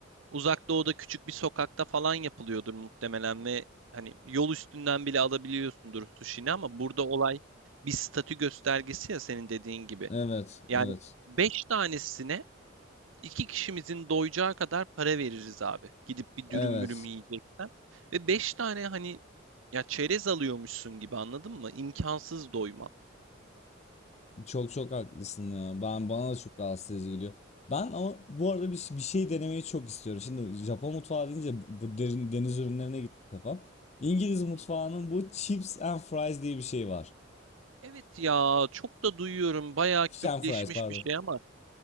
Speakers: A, on the right (about 75°); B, on the left (about 35°).
A: uzak doğuda küçük bir sokakta falan yapılıyordur muhtemelen ve hani yol üstünden bile alabiliyorsundur sushi'ni ama burada olay bir statü göstergesi ya senin dediğin gibi.
B: evet,
A: Yani
B: evet.
A: 5 tanesine İki kişimizin doyacağı kadar para veririz abi. Gidip bir
B: Evet.
A: dürüm mürüm yiyeceksen. Ve beş tane hani ya çerez alıyormuşsun gibi anladın mı? İmkansız doyman.
B: Çok çok haklısın ya. Ben bana da çok rahatsız edici geliyor. Ben ama bu arada bir, bir şey denemeyi çok istiyorum. Şimdi Japon mutfağı deyince bu derin, deniz ürünlerine gitti kafam. İngiliz mutfağının
A: Hı hı.
B: bu chips and fries diye bir şey var.
A: Evet ya çok da duyuyorum bayağı
B: Fish
A: kültleşmiş
B: and fries pardon.
A: bir şey ama